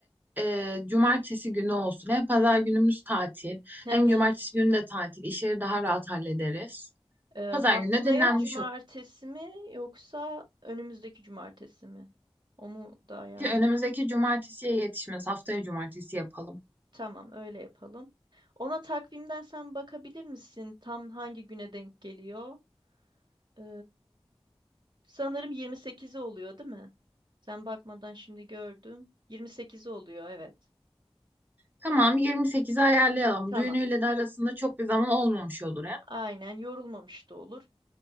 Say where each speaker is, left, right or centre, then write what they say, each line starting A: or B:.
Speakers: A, on the right; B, on the right.
A: e, cumartesi günü olsun. Hem pazar günümüz tatil
B: <laughs>
A: hem cumartesi günü de tatil. İşleri daha rahat hallederiz.
B: Ee,
A: Pazar
B: haftaya
A: günü de dinlenmiş
B: cumartesi
A: olur.
B: mi yoksa önümüzdeki cumartesi mi? Onu da ayarlayalım.
A: Önümüzdeki cumartesiye yetişmez. Haftaya cumartesi yapalım.
B: Tamam, öyle yapalım. Ona takvimden sen bakabilir misin? Tam hangi güne denk geliyor? Ee, sanırım 28'i oluyor, değil mi? Sen bakmadan şimdi gördüm. 28'i oluyor, evet.
A: Tamam 28'i ayarlayalım.
B: Tamam.
A: Düğünüyle de arasında çok bir zaman olmamış olur ya.
B: Aynen yorulmamış da olur.